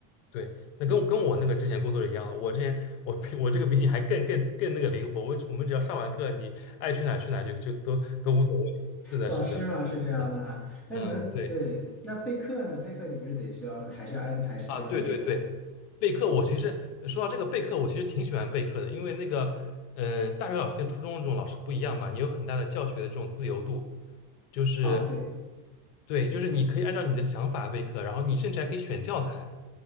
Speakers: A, on the left; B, in the centre.
A: 对，那跟我跟我那个之前工作的一样，我之前我比我这个比你还更更更那个灵活，我只我们只要上完课，你爱去哪儿去哪儿就就都都无所谓。是的，
B: 老师嘛是这样的哈。
A: 是的，嗯
B: 那你们对，
A: 嗯，对
B: 那备课呢？备课你不是得需要，还是要安排时间来备课？
A: 啊，对对对，备课，我其实呃说到这个备课，我其实挺喜欢备课的，因为那个，呃，大学老师跟初中的这种老师不一样嘛，你有很大的教学的这种自由度，就是，
B: 哦，对，
A: 对，就是你可以按照你的想法备课，然后你甚至还可以选教材，